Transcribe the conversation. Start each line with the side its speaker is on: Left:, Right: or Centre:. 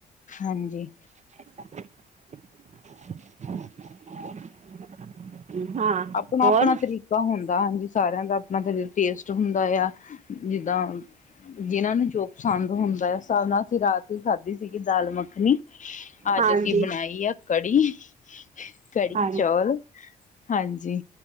Left: ਹਾਂਜੀ।
Right: <inaudible>
Left: ਆਪਣਾ-ਆਪਣਾ
Right: ਹੋਰ
Left: ਤਰੀਕਾ ਹੁੰਦਾ, ਹਾਂਜੀ ਸਾਰਿਆਂ ਦਾ ਆਪਣਾ <unintelligible> ਟੇਸਟ ਹੁੰਦਾ ਆ। ਜਿੱਦਾਂ। ਜਿਨਾਂ ਨੂੰ ਜੋ ਪਸੰਦ ਹੁੰਦਾ ਹੈ, ਉਸ ਹਿਸਾਬ ਨਾਲ ਅਸੀਂ ਰਾਤ ਹੀ ਖਾਧੀ ਸੀਗੀ ਦਾਲ ਮੱਖਣੀ। ਅੱਜ
Right: ਹਾਂਜੀ
Left: ਅਸੀਂ ਬਣਾਈ ਆ ਕੜੀ-ਕੜੀ
Right: ਹਾਂਜੀ
Left: ਚੌਲ। ਹਾਂਜੀ।